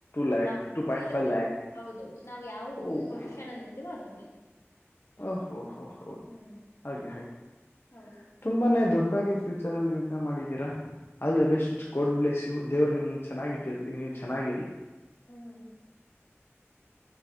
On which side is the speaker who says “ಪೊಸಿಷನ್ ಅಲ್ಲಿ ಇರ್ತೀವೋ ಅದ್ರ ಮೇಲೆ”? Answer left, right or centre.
Left